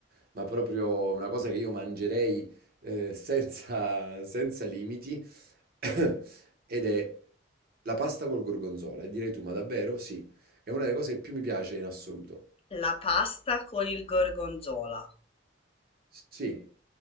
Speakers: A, on the right; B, on the left.
A: ma proprio una cosa che io mangerei eh, senza, senza limiti, <coughs> ed è la pasta col gorgonzola. E direi tu, ma davvero? Sì, è una delle cose che più mi piace in assoluto.
B: La pasta con il gorgonzola.
A: Sì,